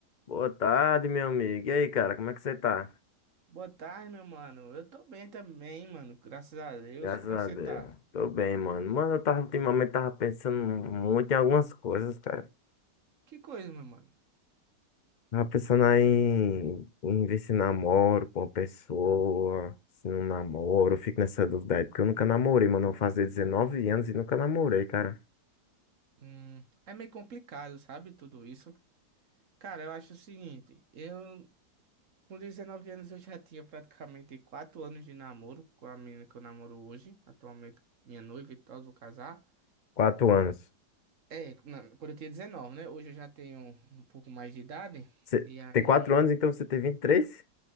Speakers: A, on the left; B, on the right.
A: Boa tarde, meu amigo. E aí, cara, como é que você tá?
B: Boa tarde, meu mano. Eu tô bem também, mano. Graças a Deus.
A: Graças
B: Como
A: a
B: é que você
A: Deus.
B: tá?
A: Tô bem, mano. Mano, eu tava ultimamente tava pensando muito em algumas coisas, cara.
B: Que coisa, meu mano.
A: Tava pensando aí em, em ver se namoro com uma pessoa, se não namoro. Eu fico nessa dúvida aí, porque eu nunca namorei, mano. Eu vou fazer 19 anos e nunca namorei, cara.
B: Hum, é meio complicado, sabe? Tudo isso. Cara, eu acho o seguinte. Eu, com 19 anos, eu já tinha praticamente 4 anos de namoro com a menina que eu namoro hoje. Atualmente, minha noiva e tal, vou casar.
A: Quatro anos.
B: É, na- quando eu tinha 19, né? Hoje eu já tenho um pouco mais de idade.
A: Você
B: E aí...
A: tem quatro anos, então você tem 23?